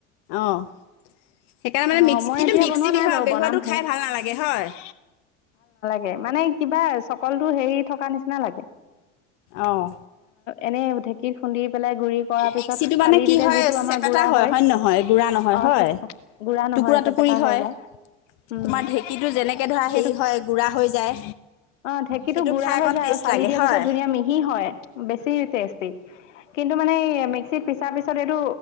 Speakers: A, on the left (about 60°); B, on the left (about 80°).
A: অঁ সেইকাৰণে মানে
B: অ
A: মিক্সি
B: মই
A: কিন্তু
B: এতিয়া
A: মিক্সি
B: বনোৱা
A: বেহ
B: নাই বাৰু
A: বেহুৱটো
B: বনামহে
A: খাই ভাল নালাগে হয়
B: গে মানে। কিবা চকলটো হেৰি থকা নিচিনা। নালাগে।
A: অহ
B: এনেই ঢে কি খুন্দি পেলাই গুৰি কৰাৰ পিছত
A: মিক্সিটো
B: চালি
A: মানে কি
B: দিলে
A: হয়
B: যিটো আমাৰ
A: চেপেটা
B: গুৰা হয়
A: নহয় গুড়া নহয়
B: অ
A: হয়
B: চেপেটা গোড়া নহয়
A: টুকুৰা
B: আছে
A: টুকুৰি
B: চেপেটা
A: হয়
B: হৈ যায়, উম
A: তোমাৰ ঢেঁকীটো যেনেকে ধৰা
B: সেইটো
A: হেৰি হয় গুড়া হৈ যায়
B: অ ঢেঁকীটো
A: সেইটো
B: গুড়া
A: খাই অকণ
B: হৈ যায়
A: টেষ্ট
B: আৰু চালি
A: লাগে
B: দিয়াৰ
A: হয়
B: পিছত ধুনীয়া মিহি হয় বেছি টেষ্টি। কিন্তু মানে এই মিক্সিত পিছাৰ পিছত এইটো